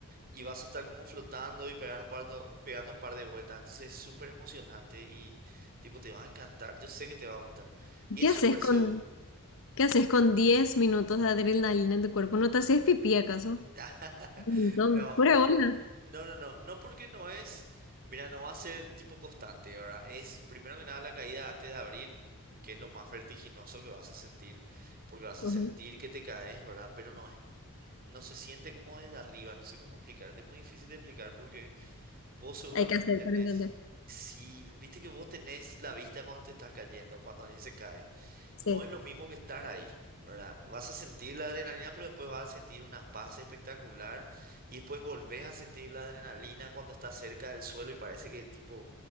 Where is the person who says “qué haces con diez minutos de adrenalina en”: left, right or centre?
Left